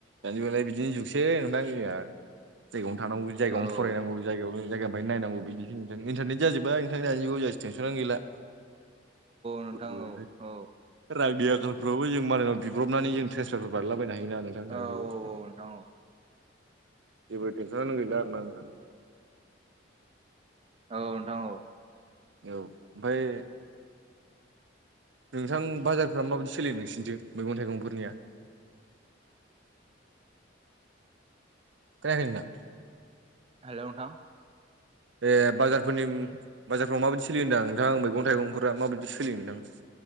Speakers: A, on the right (about 65°); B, on the right (about 30°).
A: दानिबालाय बिदिनो जुगसै नोंथां जोंहा। जायगायावनो थानांगौ जायगायावनो
B: आं
A: फरायनांगौ जायायावनो जायगानिफ्राय नायनांगौ बिनि नोंथ इनटारनेट जाजोब्बाय नोंथां दानि जाय टेनसनानो गैला।
B: नोंथां
A: औलै
B: औ औ नोंथां औ
A: रांगनि आखालफ्रावबो जों मालनाव बिब्रबनानै जों ट्रन्सारफारफोर बानायला बायनो नों थां दानि
B: औ
A: जुगआव
B: औ औ नोंथां औ
A: जबो टेनसनानो गैला आरोना नोंथां
B: औ नोंथां औ।
A: औ ओमफ्राय नोंथां बाजारफ्रा माबायदि सोलिनो नोंसोरनिथिं मैगं थाइगंफोरनिया? जायाखै नोंथां?
B: हेलौ नोंथां।
A: ए बाजारफोरनि बाजारफ्राव माबायदि सोलियो होनदां नोंथां मैगं थाइगंफोरा माबायदि सोलियो नोंथां?